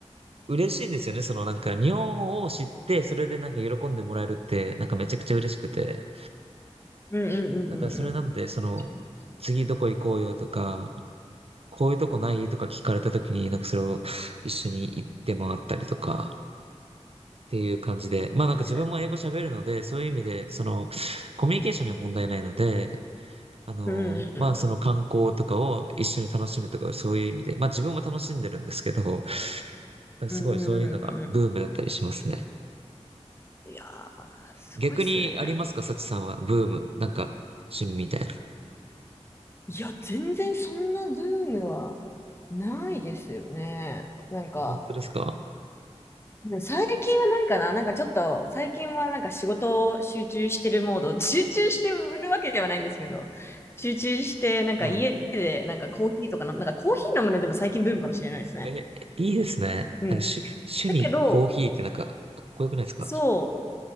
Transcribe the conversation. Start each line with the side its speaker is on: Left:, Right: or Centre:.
Right: 嬉しいんですよね。そのなんか日本を知って、それでなんか喜んでもらえるって、なんかめちゃくちゃ嬉しくて。
Left: うんうんうんうんうん。
Right: なんかそれなんで、その、
Left: 確
Right: 次どこ行こうよとか、こういうとこないとか聞かれた時に、なんかそれを一緒に行って回ったりとか、っていう感じで。まあなんか自分も英語喋るので、
Left: かに。
Right: そういう意味で、その、コミュニケーションには問題ないので、
Left: うん
Right: あの、
Left: うんうん
Right: まあ、その観光とかを一緒に楽しむとか、そういう意味で、まあ、自分も楽しんでるんですけど、なんかすごいそういうのがブームだったりしますね。
Left: うんうん。うんうんうんうんいやー、すごいっすね。
Right: 逆にありますか、サチさんは。ブーム。なんか、趣味みたいな。
Left: いや、全然そんなブームはないですよね。なんか、
Right: 本当ですか
Left: 最近はないかななんかちょっと、最近はなんか仕事を集中してるモード、<laughs> 集中してるわけではないんですけど、集中して、なんか家でなんかコーヒーとかの、
Right: はい。
Left: なんかコーヒー飲むのでも最近ブームかもしれないですね。
Right: え、いいですね。
Left: うん。
Right: なんか趣、趣味、
Left: だけど、
Right: コーヒーってなんか、かっこよくないですか
Left: そ